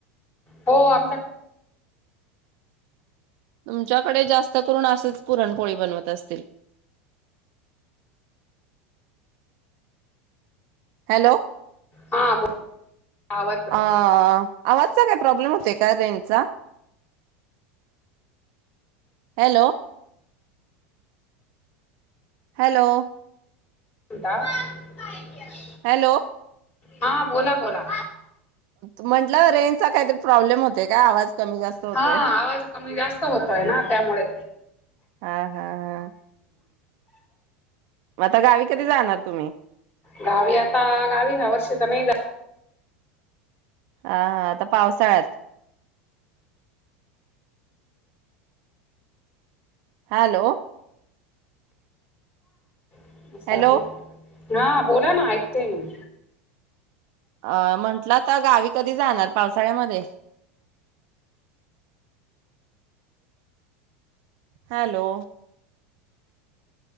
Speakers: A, on the left; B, on the right.
A: हो आमचा
B: तुमच्याकडे जास्त करून असच पुरणपोळी बनवत असतील. हॅलो.
A: हा आवाज ब्रेक
B: आ आवाज <unintelligible> प्रॉब्लेम होते का रेंज चा. हॅलो. हॅलो.
A: <unintelligible>
B: हॅलो.
A: हा बोला बोला.
B: म्हंटलं रेंजचा काहीतरी प्रॉब्लेम होतय का आवाज कमी जास्त होतोय.
A: हा आवाज कमी जास्त होतोय ना त्यामुळे
B: हा हा हा. मग आता गावी कधी जाणार तुम्ही
A: गावी आता गावी हा वर्ष तर नाही जा
B: हा हा आता पावसाळ्यात. हॅलो.
A: <unintelligible>
B: हॅलो
A: हा बोला ना ऐकतेय मी.
B: अ म्हंटलं तर गावी कधी जाणार पावसाळ्यामध्ये? हॅलो